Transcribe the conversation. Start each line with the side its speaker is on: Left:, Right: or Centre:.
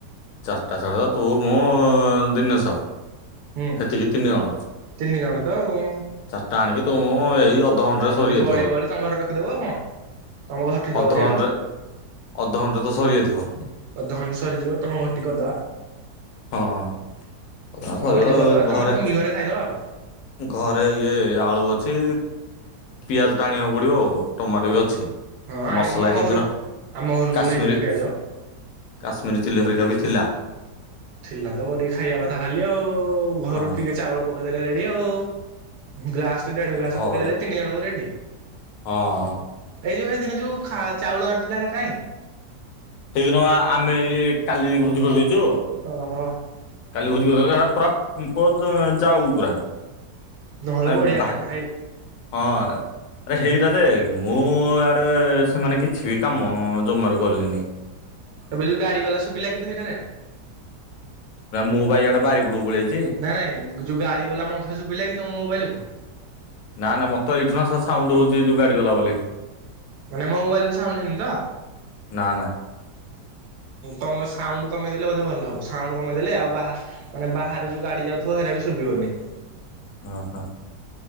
Left: ଚାରିଟା ଛାଡ଼ ତୁ ମୁଁ ଦିନେଶ।
Right: ହୁଁ
Left: ସେତିକି ତିନି ଜଣ
Right: ତିନି ଜଣ ତ ଆଉ।
Left: ଚାରିଟା ଆଣିକି ତୁ ମୁଁ ଏଇ ଅଧଘଣ୍ଟାରେ
Right: ହଁ ଯଦି
Left: ସରିଯାଇଥିବ
Right: ବଳିବ ବଳିବ ତମେ ଘରେ ରଖିଦବ ଆଉ କଣ ତମ ଘରଠି
Left: ଅଧଘଣ୍ଟାରେ
Right: ତ କରିବା ଆଉ କଣ।
Left: ଅଧଘଣ୍ଟା ରେ ତ ସରିଯାଇଥିବ।
Right: ଅଧଘଣ୍ଟେ ସରିଯିବ ତମ ଘର ଟି କରିଦବା।
Left: ହଁ
Right: ତମ
Left: ସରିଗଲେ
Right: ଘରଟି କରିଦବା ତମ
Left: ଘରେ।
Right: ଟୁଙ୍ଗି ଖାଇଦବା ଆଉ
Left: ଘରେ ଇଏ ଆଳୁ ଅଛି। ପିଆଜ ଟା ଆଣିବାକୁ ପଡିବ ଆଉ। ଟମାଟୋ
Right: ହଁ
Left: ବି ଅଛି ଆଉ
Right: ହଁ ଆଣିବା
Left: ମସଲା
Right: ମୁଁ ଆମ
Left: ହେଇଦିନ
Right: ଘରୁ ଆମ ଘରୁ ନହେଲେ
Left: କାଶ୍ମିରୀ।
Right: ନେଇଯିବି ପିଆଜ
Left: କାଶ୍ମିରୀ ଚିଲି ହରିକା ବି ଥିଲା।
Right: ଥିଲା ତ କରିିକି ଖାଇବା କଥା ଖାଲି ଆଉ ଘରୁ
Left: ହଁ
Right: ଟିକେ ଚାଉଳ ପକେଇଦେଲେ ରେଡି ଆଉ। ଗ୍ଲାସ ଟେ ଦେଢ ଗ୍ଲାସ
Left: ଘରୁ
Right: ପକେଇଦେଲେ ତିନି ଜଣଙ୍କୁ ରେଡି।
Left: ହଁ।
Right: ହେଇ ଯୋଉ ହେଇଦିନ ଯୋଉ ଚାଉଳ ଆଣିଥିଲା ହେରା କାଇଁ?
Left: ହେଇଦିନ ଆମେ କାଲି ଭୋଜି କରିଦେଇଚୁ ମ
Right: ଓହୋ।
Left: କାଲି ଭୋଜି କରିଛୁ ହେରା ପୁରା ଯାଉ ପୁରା।
Right: ନହେଲେ
Left: ମାନେ
Right: ବଢିଆ ହେଇଥାନ୍ତା। ହେଇ
Left: ହଁ। ଆରେ ହେଇରାଧେ ମୁଁ ଆଡେ ସେମାନେ କିଛି ବି କାମ ଜମାରୁ କଲେନି।
Right: ଏବେ ଯୋଉ ଗାଡ଼ି ଗଲା ଶୁଭିଲା କି ହେଇଟାରେ।
Left: ମୁଁ ବାଇଆଟା ବାଡ଼ି ପଟକୁ ପଳେଇ ଆଇଚି।
Right: ନାଇଁ ନାଇଁ ଯୋଉ ଗାଡ଼ି ଗଲା ମୋତେ ଶୁଭିଲା ତମ ମୋବାଇଲକୁ।
Left: ନା ନା ମତେ ଏଇଠୁ ନା ସେ ସାଉଣ୍ଡ ହଉଛି ଏ ଯୋଉ ଗାଡି ଗଲା ବୋଲି।
Right: ମାନେ ମୋ ମୋବାଇଲ ରୁ ସାଉଣ୍ଡ ହେଇନି ତ।
Left: ନା ନା
Right: ତମ ସାଉଣ୍ଡ କମେଇଦେଲେ ବୋଧେ ଭଲ ହେବ ସାଉଣ୍ଡ କମେଇଦେଲେ ଆଉ ମାନେ ବାହାରେ ଯୋଉ ଗାଡି ଯାଉଥିବ ହେରା ବି ସୁଭିବନି।
Left: ଓହୋ।